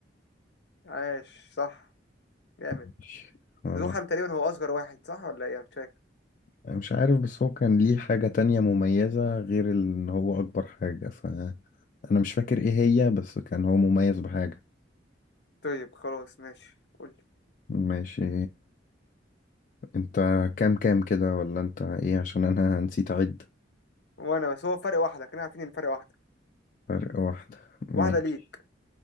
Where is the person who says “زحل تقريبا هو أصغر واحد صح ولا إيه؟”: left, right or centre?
Left